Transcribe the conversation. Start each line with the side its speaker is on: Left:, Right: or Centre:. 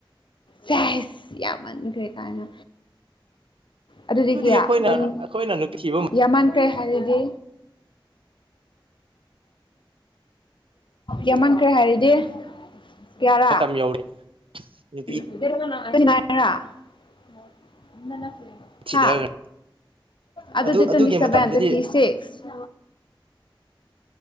Left: ꯆꯥꯢꯁ ꯌꯥꯝꯃꯟꯈ꯭ꯔꯦ ꯀꯥꯢꯅ ꯑꯗꯨꯗꯤ ꯀꯌꯥ
Right: ꯑꯩꯈꯣꯏꯅ
Left: ꯇꯣꯢꯟ
Right: ꯑꯩꯈꯣꯏꯅ ꯅꯨꯄꯤ ꯊꯤꯕ
Left: ꯌꯥꯝꯃꯟꯈ꯭ꯔꯦ ꯍꯥꯏꯔꯗꯤ ꯌꯥꯝꯃꯟꯈ꯭ꯔꯦ ꯍꯥꯏꯔꯗꯤ ꯭ꯀ꯭ꯌꯥꯔ
Right: ꯃꯇꯝ ꯌꯧꯔꯦ ꯅꯨꯄꯤ
Left: <unintelligible>
Right: ꯊꯤꯗꯈ꯭ꯔꯦ
Left: ꯍꯥ ꯑꯗꯨꯗꯤ
Right: ꯑꯗꯨ
Left: ꯇꯣꯢꯟꯇꯤ
Right: ꯑꯗꯨꯒꯤ
Left: ꯁꯚꯦꯟ
Right: ꯃꯇꯝꯗꯗꯤ
Left: ꯇꯣꯢꯟꯇꯤ ꯁꯤꯛꯁ